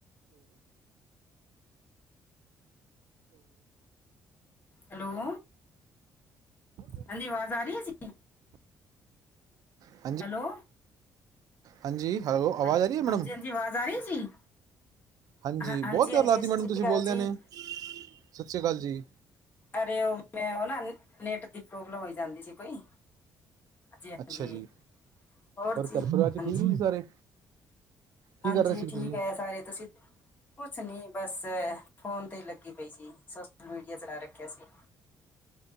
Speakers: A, on the right; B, on the left.
A: ਹਮ <inaudible>
B: hello
A: ੈ <inaudible>
B: ਹ ਆਵਾਜ਼ ਆ ਰਹੀ ਹੈ ਸੀ
A: ਬ
B: ਹੈਲੋ
A: ਹਾਂਜੀ ਹੈਲੋ ਆਵਾਜ਼
B: ਹੈਲ-
A: ਆ ਰਹੀ ਹੈ
B: ਹਾਂਜੀ
A: ਮੈਡਮ
B: ਹਾਂਜੀ ਆਵਾਜ਼ ਆ ਰਹੀ ਹੈ ਜੀ
A: ਹਾਂਜੀ
B: ਹਾਂ-
A: ਬਹੁਤ ਦੇਰਾਲਾਤ
B: ਹਾਂਜੀ ਸਤਿ
A: ਮੈਡਮ
B: ਸ਼੍ਰੀ
A: ਤੁਸੀਂ
B: ਅਕਾਲ
A: ਬੋਲਦੇਿਆਂ
B: ਜੀ
A: ਨੇ ਸਤਿ ਸ੍ਰੀ ਅਕਾਲ ਜੀ
B: ਅਰੇ ਉਹ ਮੈਂ ਉਹ ਨਾ ਨੈਟ ਦੀ ਪ੍ਰੋਬਲਮ ਹੋਈ ਜਾਂਦੀ ਸੀ ਕੋਈ ਹਾਂਜੀ ਹਾਂਜੀ
A: ਅੱਛਾ ਜੀ
B: ਹੋਰ ਚੀਜ਼
A: ਘਰ ਪਰਿਵਾਰ ਚ
B: ਹਾਂਜੀ
A: ਠੀਕ ਨੇ ਜੀ ਸਾਰੇ ਕੀ
B: ਹਾਂਜੀ
A: ਕਰ ਰਹੇ ਸੀ
B: ਠੀਕ
A: ਤੁਸੀਂ
B: ਹੈ ਸਾਰੇ ਤੁਸੀਂ ਕੁਛ ਨੀ ਬਸ ਫੋਨ ਤੇ ਹੀ ਲੱਗੀ ਪਈ ਸੀੀ ਸੋਸ਼ਲ ਮੀਡੀਆ ਚਲਾ ਰੱਖਿਆ ਸੀ